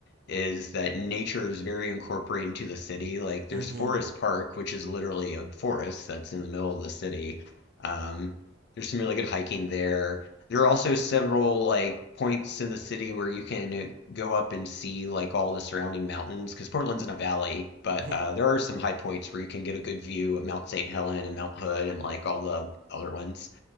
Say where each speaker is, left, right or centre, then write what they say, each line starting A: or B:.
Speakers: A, on the left; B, on the right.
A: is that nature is very incorporated into the city. Like
B: fun.
A: there's Forest Park, which is literally a forest that's in the middle of the city. Um, there's some really good hiking there. There are also several like points in the city where you can uh, go up and see like all the surrounding mountains because Portland's in a valley, but
B: hmm
A: uh,
B: <laughs>
A: there are some high points where you can get a good view of Mount St. Helens and Mount Hood and like all the other ones.